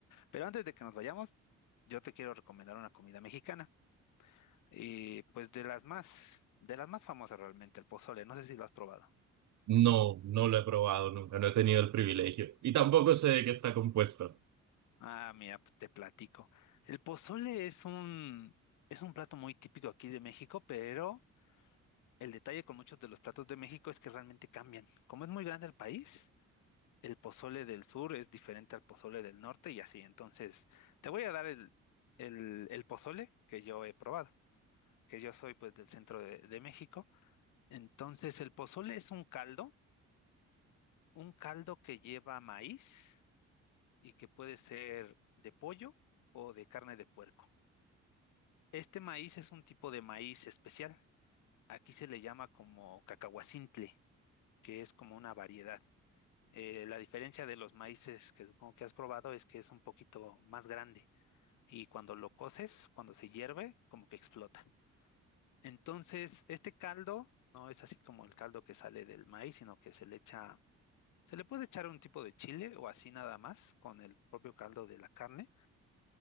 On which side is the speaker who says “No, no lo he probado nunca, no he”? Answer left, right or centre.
Right